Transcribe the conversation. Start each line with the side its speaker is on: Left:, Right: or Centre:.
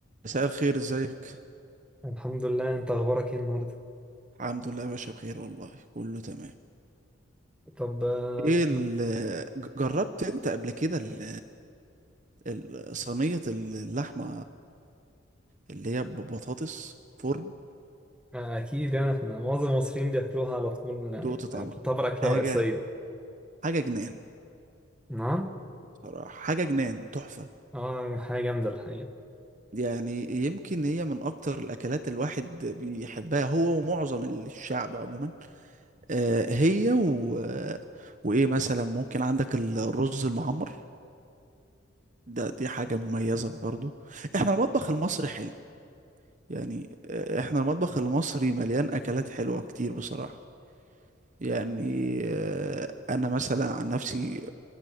Right: مساء الخير ازيك
Centre: الحمد لله انت اخبارك ايه النهارده
Right: الحمد لله يا باشا بخير والله كله تمام
Centre: طب آه،
Right: ايه ال... ج- جربت انت قبل كده ال... ال- صينية اللحمة اللي هي ببطاطس فرن
Centre: آه، اكيد يعني احنا معظم المصريين بياكلوها على طول آه،
Right: دقت طعمها
Centre: بتعتبر اكله
Right: حاجة
Centre: رئيسيه
Right: حاجة جنان
Centre: نعم
Right: صراحة حاجة جنان تحفة
Centre: اه يعني حاجه جامده الحقيقه
Right: يعني يمكن هي من اكتر الاكلات الواحد بيحبها هو ومعظم الشعب عموما آه هي و... وايه مثلا ممكن عندك الرز المعمر ده دي حاجة مميزة برضو احنا المطبخ المصري حلو يعني آه، احنا المطبخ المصري مليان اكلات حلوة كتير بصراحة يعني آه، انا مثلا عن نفسي